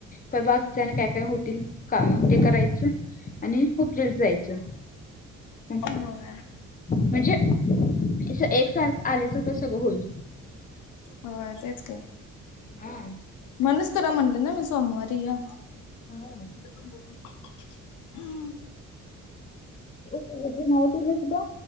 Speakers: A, on the left; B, on the left.
A: प बाकीच्याने काय -काय होतील काम ते करायचं. च आणि हुपरीला जायचं. हं,
B: होय
A: म्हणजे अस एकसारखं आल्यासारखं सगळं होईल.
B: होय तेच की,
A: हा
B: म्हणूनच तुरा म्हटलं ना सोमवारी य.
A: हा.
B: बक <inaudible>
A: हेज नऊ केलीस ब,